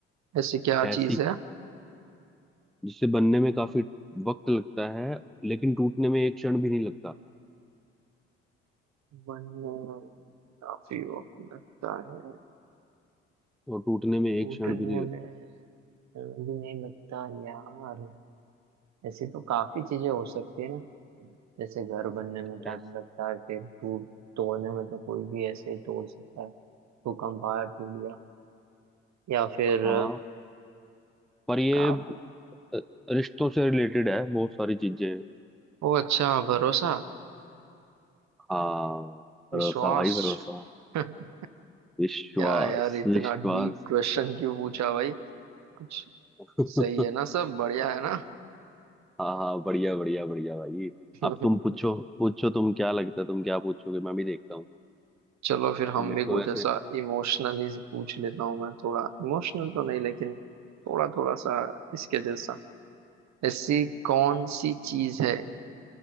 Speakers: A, on the right; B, in the centre.
A: ऐसी क्या
B: ऐसी
A: चीज है
B: जिसे बनने में काफी वक्त लगता है लेकिन टूटने में एक क्षण भी नहीं लगता
A: बनने में काफी वक्त लगता है
B: और टूटने में एक
A: टूटने
B: क्षण भी नहीं
A: में
B: लगता
A: जल्दी नहीं लगता यार ऐसे तो काफी चीजें हो सकती है ना जैसे घर बनने में
B: ऐस,
A: टाइम लगता है फिर टूट तोड़ने में तो कोई भी ऐसे ही तोड़ सकता है भूकंप आया टूट गया या फिर
B: हाँ
A: अ,
B: पर ये
A: काफी
B: अ, रिश्तों से रिलेटेड है बहुत सारी चीजें हैं
A: ओ अच्छा भरोसा
B: हाँ भरोसा
A: विश्वास
B: भाई भरोसा
A: <laughs>
B: विश्वास
A: क्या यार इतना
B: विश्वास
A: डीप क्वेश्चन क्यों पूछा भाई कुछ
B: <laughs>
A: सही है ना सब बढ़िया है ना
B: हाँ हाँ बढ़िया बढ़िया बढ़िया भाई अब
A: <laughs>
B: तुम पूछो पूछो तुम क्या लगता है तुम क्या पूछोगे मैं भी देखता हूँ
A: चलो फिर हम
B: मेरे
A: भी कुछ
B: को वैसे
A: ऐसा इमोशनली पूछ लेता हूँ मैं थोड़ा इमोशनल तो नहीं लेकिन थोड़ा थोड़ा सा इसके जैसा ऐसी कौन सी चीज है